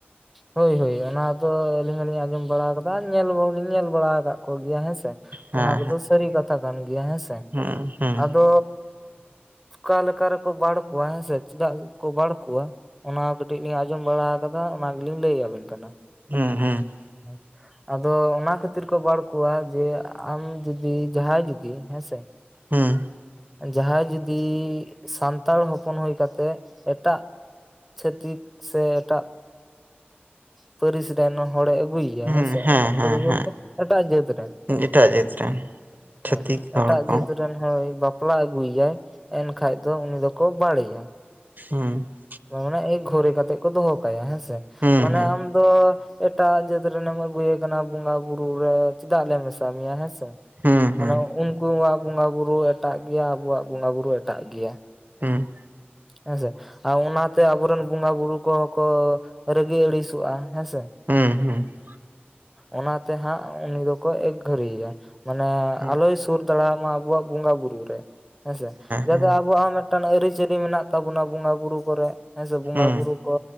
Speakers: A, in the centre; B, on the right.
A: ᱦᱤᱭ, ᱦᱳᱭ ᱚᱱᱟ ᱫᱚ ᱟᱹᱞᱤᱧ ᱦᱚᱞᱤᱧ ᱟᱸᱡᱚᱢ ᱵᱟᱲᱟ ᱟᱠᱟᱫᱟ ᱧᱮᱞ ᱦᱚᱞᱤᱧ ᱞᱤᱧ ᱧᱮᱞ ᱵᱟᱲᱟ ᱟᱠᱟᱫ ᱠᱚ ᱜᱮᱭᱟ ᱦᱮᱸ ᱥᱮ ᱾
B: ᱦᱮᱸ
A: ᱚᱱᱟ ᱠᱚᱫᱚ
B: ᱦᱮᱸ
A: ᱥᱟᱹᱨᱤ ᱠᱟᱛᱷᱟ ᱠᱟᱱ ᱜᱮᱭᱟ ᱦᱮᱸ ᱥᱮ᱾
B: ᱦᱩᱸ ᱦᱩᱸ
A: ᱟᱫᱚ ᱚᱠᱟ ᱞᱮᱠᱟ ᱨᱮᱠᱚ ᱵᱟᱲ ᱠᱚᱣᱟ ᱦᱮᱸ ᱥᱮ ᱪᱮᱫᱟᱜ ᱠᱚ ᱵᱟᱲ ᱠᱚᱣᱟ ᱚᱱᱟ ᱠᱟᱹᱴᱤᱡ ᱞᱤᱧ ᱟᱸᱡᱚᱢ ᱵᱟᱲᱟ ᱟᱠᱟᱫᱟ ᱚᱱᱟ ᱜᱮᱞᱤᱧ ᱞᱟᱹᱭ ᱟᱹᱵᱤᱱ ᱠᱟᱱᱟ ᱾
B: ᱦᱩᱸ, ᱦᱩᱸ ᱾
A: <inaudible> ᱟᱫᱚ ᱚᱱᱟ ᱠᱷᱟᱹᱛᱤᱨ ᱠᱚ ᱵᱟᱲ ᱠᱚᱣᱟ ᱡᱮ ᱟᱢ ᱡᱩᱫᱤ ᱡᱟᱦᱟᱸᱭ ᱡᱩᱫᱤ ᱦᱮᱸ ᱥᱮ -
B: ᱦᱩᱸ ᱾
A: ᱡᱟᱦᱟᱸᱭ ᱡᱩᱫᱤ ᱥᱟᱱᱛᱟᱲ ᱦᱚᱯᱚᱱ ᱦᱩᱭ ᱠᱟᱛᱮᱜ ᱮᱴᱟᱜ ᱪᱷᱟᱹᱛᱤᱠ ᱥᱮ ᱮᱴᱟᱜ ᱯᱟᱹᱨᱤᱥ ᱨᱮᱱ ᱦᱚᱲᱮ ᱟᱹᱜᱩᱭᱮ
B: ᱦᱩᱸ
A: ᱦᱮᱸ ᱥᱮ ᱮᱴᱟᱜ
B: ᱦᱮᱸ
A: ᱯᱟᱹᱨᱤᱥ ᱵᱚᱞᱛᱮ
B: ᱦᱮᱸ
A: ᱮᱴᱟᱜ ᱡᱟᱹᱛ ᱨᱮᱱ
B: ᱮᱴᱟᱜ ᱡᱟᱹᱛ ᱨᱮᱱ ᱪᱷᱟᱹᱛᱤᱠ
A: ᱦᱮᱸ
B: ᱦᱚᱲ
A: ᱮᱴᱟᱜ
B: ᱠᱚ
A: ᱡᱟᱹᱛ ᱨᱮᱱ ᱦᱚᱭ ᱵᱟᱯᱞᱟ ᱟᱹᱜᱩᱭᱟᱭ ᱮᱱᱠᱷᱟᱱᱡ ᱫᱚ ᱩᱱᱤ ᱫᱚᱠᱚ ᱵᱟᱲᱮᱭᱟ᱾
B: ᱦᱩᱸ ᱾
A: ᱢᱟᱱᱮ ᱮᱠ ᱜᱷᱚᱨᱤ ᱠᱟᱛᱮᱜ ᱠᱚ ᱫᱚᱦᱚ ᱠᱟᱭᱟ ᱦᱮᱸ ᱥᱮ ᱾
B: ᱦᱩᱸ
A: ᱢᱟᱱᱮ
B: ᱦᱩᱸ
A: ᱟᱢ ᱫᱚ ᱮᱴᱟᱜ ᱡᱟᱹᱛ ᱨᱮᱱ ᱮᱢ ᱟᱹᱜᱩᱭᱮ ᱠᱟᱱᱟ ᱵᱚᱸᱜᱟ ᱵᱩᱨᱩ ᱨᱮ ᱪᱮᱫᱟᱜ ᱞᱮ ᱢᱮᱥᱟ ᱢᱮᱭᱟ ᱦᱮᱸ ᱥᱮ
B: ᱦᱩᱸ
A: ᱾
B: ᱦᱩᱸ
A: ᱢᱟᱱᱮ ᱩᱱᱠᱩᱣᱟᱜ ᱵᱚᱸᱜᱟ ᱵᱩᱨᱩ ᱮᱴᱟᱜ ᱜᱮᱭᱟ, ᱟᱵᱚᱣᱟᱜ ᱵᱚᱸᱜᱟ ᱵᱩᱨᱩ ᱮᱴᱟᱜ ᱜᱮᱭᱟ ᱾
B: ᱦᱮᱸ ᱾
A: ᱦᱮᱸ ᱥᱮ ᱟᱨ ᱚᱱᱟᱛᱮ ᱟᱵᱚᱨᱮᱱ ᱵᱚᱸᱜᱟ ᱵᱩᱨᱩ ᱠᱚᱦᱚᱸ ᱠᱚ ᱨᱟᱹᱜᱤ ᱟᱹᱲᱤᱥᱚᱜᱼᱟ ᱦᱮᱸ ᱥᱮ ᱾
B: ᱦᱮᱸ, ᱦᱮᱸ ᱾
A: ᱚᱱᱟᱛᱮ ᱦᱟᱸᱜ ᱩᱱᱤ ᱫᱚᱠᱚ ᱮᱠᱜᱷᱟᱹᱨᱤᱭᱮᱭᱟ ᱢᱟᱱᱮ
B: ᱦᱮᱸ
A: ᱟᱞᱚᱭ ᱥᱩᱨ ᱫᱟᱲᱟᱵᱢᱟ ᱢᱟ, ᱟᱵᱚᱣᱟᱜ ᱵᱚᱸᱜᱟ ᱵᱩᱨᱩ ᱨᱮ ᱦᱮᱸ ᱥᱮ ᱡᱟᱛᱮ
B: ᱦᱮᱸ
A: ᱟᱵᱚᱣᱟᱜ ᱦᱚᱸ ᱢᱤᱫᱴᱟᱝ ᱟᱹᱨᱤᱪᱟᱞᱤ ᱢᱮᱱᱟᱜ ᱢᱮᱱᱟᱜ ᱛᱟᱵᱚᱱᱟ, ᱵᱚᱸᱜᱟ ᱵᱩᱨᱩ ᱠᱚᱨᱮ ᱦᱮᱸ ᱥᱮ ᱵᱚᱸᱜᱟ
B: ᱦᱩᱸ
A: ᱵᱩᱨᱩ ᱠᱚ